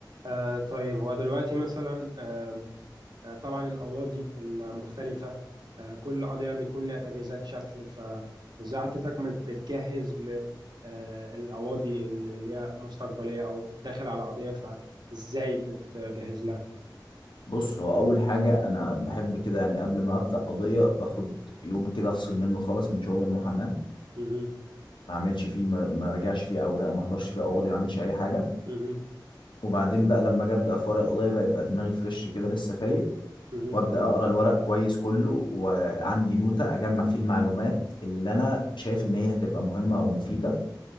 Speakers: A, on the right (about 65°); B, on the left (about 80°).
A: آه طيب هو دلوقتي مثلا آه آه، طبعا القواضي المختلفة آه كل قضية بيكون لها تجهيزات شكل فإزاي حضرتك مت- بتجهز ل آه القواضي ال- اللي هي مستقبلية أو داخل على قضية فإزاي بتجهز لها؟
B: بص هو اول حاجة انا بحب كده يعني قبل ما ابدأ قضية باخد يوم كده افصل منه خالص من شغل المحاماة
A: مم.
B: ما اعملش فيه ما, ما راجعش فيه اوراق ما احضرش فيه قواضي ما اعملش اي حاجة
A: مم.
B: وبعدين بقى لما اجي ابدا في ورق القضيه بقى يبقى دماغي فريش كده لسه فايق
A: مم.
B: وابدا اقرا الورق كويس كله وعندي نوتة اجمع فيه المعلومات اللي انا شايف ان هي هتبقى مهمة او مفيدة